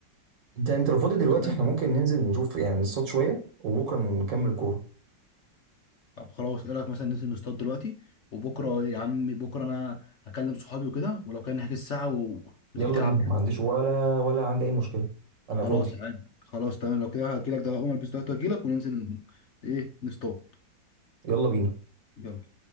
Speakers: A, on the right (about 90°); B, on the left (about 50°).
A: انت انت لو فاضي دلوقتي
B: مش عادي.
A: احنا ممكن ننزل نشوف يعني نصطاد شويه وبكره نكمل كوره
B: طب خلاص ايه رايك مثلا ننزل نصطاد دلوقتي وبكره يا عمي بكره انا هكلم صحابي وكده ولو كان نحجز الساعه و... وتيجي
A: يلا
B: تلعب
A: بينا
B: معايا
A: ما عنديش ولا ولا عندي اي مشكله
B: خلاص
A: انا فاضي
B: عادي خلاص تمام لو كده هجيلك ده اقوم البس دلوقتي واجيلك وننزل ايه نصطاد
A: يلا بينا
B: يلا